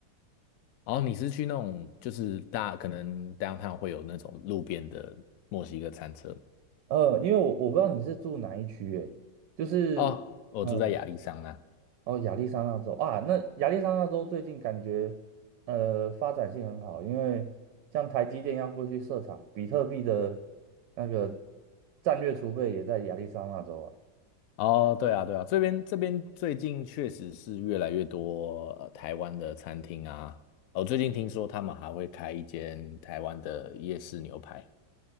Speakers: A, on the left; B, on the right.
A: 哦，你是去那种就是大可能 downtown 会有那种路边的墨西哥餐车吗？
B: 呃，因为我我不知道你是住哪一区诶，就是。
A: 哦，我住在亚利桑那。
B: 嗯。哦，亚利桑那州啊，那亚利桑那州最近感觉呃发展性很好，因为像台积电要过去设厂，比特币的那个战略储备也在亚利桑那州啊，
A: 哦，对啊，对啊，这边这边最近确实是越来越多呃台湾的餐厅啊。哦，最近听说他们还会开一间台湾的夜市牛排。